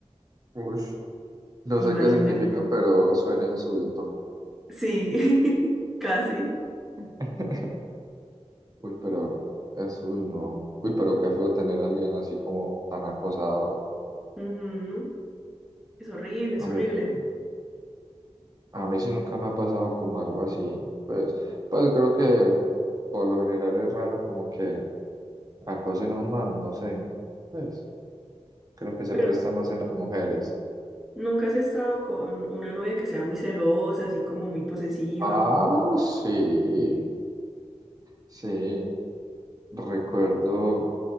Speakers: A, on the right; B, in the centre.
A: ush. No sé
B: Imagínate.
A: qué significa, pero suena a insulto.
B: Sí, <laughs> casi.
A: <laughs> Uy, pero eso uy, no. Uy, pero qué feo tener a alguien así como tan acosador.
B: Ujú. Es horrible, es
A: A
B: horrible.
A: mí, pues, a mí sí nunca me ha pasado como algo así. Pues, pues creo que por lo general es raro como que acosen a un man, no sé. Pues creo que se
B: Pero
A: presta más en las mujeres.
B: nunca has estado con una novia que sea muy celosa, así como muy posesiva.
A: Ah, sí, sí. Recuerdo